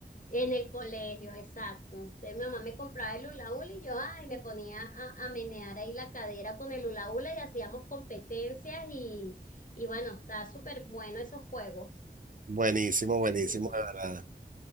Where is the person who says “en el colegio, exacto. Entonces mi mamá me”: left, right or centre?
Left